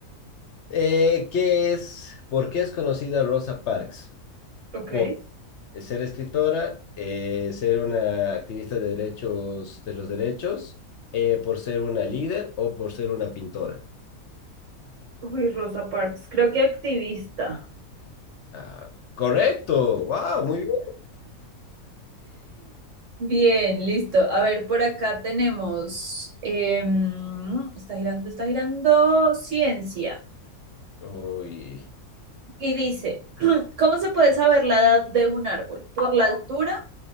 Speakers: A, on the left; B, on the right.
A: eh, ¿qué es, por qué es conocida Rosa Parks?
B: Ok.
A: Por ser escritora, eh, ser una activista de derechos, de los derechos, eh, por ser una líder o por ser una pintora.
B: Uy, Rosa Parks. Creo que activista.
A: Ah, correcto, wow, muy bien.
B: Bien, listo. A ver, por acá tenemos, em, está girando, está girando, ciencia.
A: Uy,
B: Y dice, ¿Cómo se puede saber la edad de un árbol? ¿Por la altura,